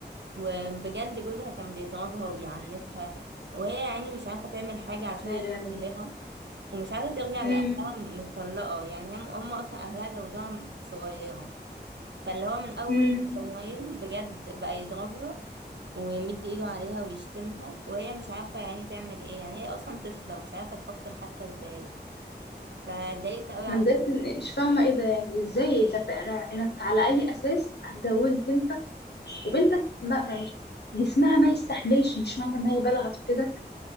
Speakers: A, on the right; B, on the left.
A: وبجد جوزها كان بيضربها وبيعنفها وهي يعني مش عارفه تعمل حاجه عشان
B: لا
A: هي
B: لا
A: صغيره
B: لا
A: ومش عارفه ترجع
B: امم
A: لاهلها متطلقه يعني هم هم اصلا اهلها جوزها صغيره فاللي هو من أول
B: امم
A: شهرين بجد بقى يضربها ويمد ايده عليها ويشتمها وهي مش عارفة يعني تعمل ايه يعني هي أصلا طفلة مش عارفة تفكر حتى ازاي فاتضايقت قوي على
B: انا بجد مش فاهمه ايه ده يعني ازاي طب انا انا على اي اساس هتجوز بنت وبنتك ما يعني جسمها ما يستحملش مش معنى ان هي بلغت وكده